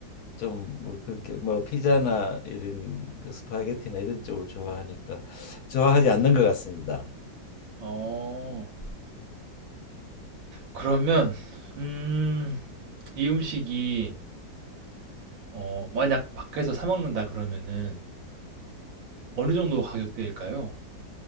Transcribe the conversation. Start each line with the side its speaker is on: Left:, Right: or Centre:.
Left: 좀 뭐 그렇게 뭐 피자나 이런 그 스파게티나 이런 쪽을 좋아하니까 좋아하지 않는 것 같습니다.
Right: 어. 그러면 음, 이 음식이 어, 만약 밖에서 사 먹는다 그러면은 어느 정도 가격대일까요?